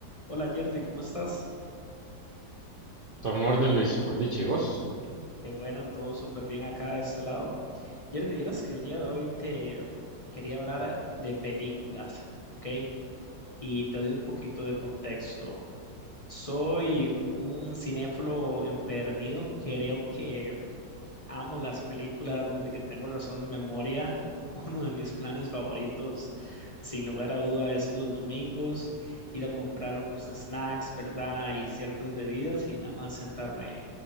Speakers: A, on the left (about 25°); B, on the right (about 45°).
A: Hola Yerdy, ¿cómo estás?
B: Todo en orden, Luis, por dicha, ¿y vos?
A: Qué bueno, todo súper bien acá de este lado. Yerdy, vieras que el día de hoy te em, quería hablar de películas, ¿ok? Y te doy un poquito de contexto. Soy un cinéfilo empedernido, creo que Amo las películas desde que tengo razón de memoria. <laughs> Uno de mis planes favoritos, sin lugar a duda, es los domingos, ir a comprar unos snacks, ¿verdad? Y ciertas bebidas y nada más sentarme